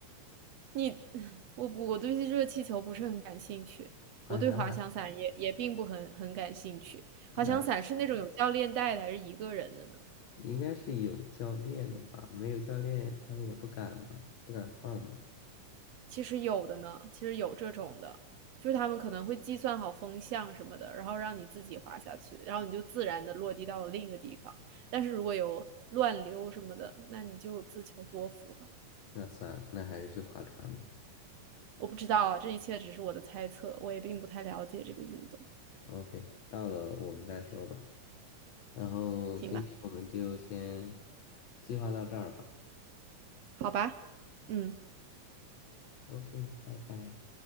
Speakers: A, on the right; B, on the left.
A: 你，<laughs> 我不，我对热气球不是很感兴趣，
B: 滑翔伞
A: 我对滑翔伞也也并不很很感兴趣。滑翔伞是那种有教练带的，
B: 那
A: 还是一个人的呢？
B: 应该是有教练的吧？没有教练，他们也不敢吧？不敢放吧？
A: 其实有的呢，其实有这种的，就是他们可能会计算好风向什么的，然后让你自己滑下去，然后你就自然的落地到了另一个地方。但是如果有乱流什么的，那你就自求多福吧。
B: 那算了，那还是去划船吧。
A: 我不知道啊，这一切只是我的猜测，我也并不太了解这个运动。
B: OK，到了我们再说吧。然后今天我们就先
A: 行吧，
B: 计划到这儿吧。
A: 好吧，嗯。
B: OK，拜拜。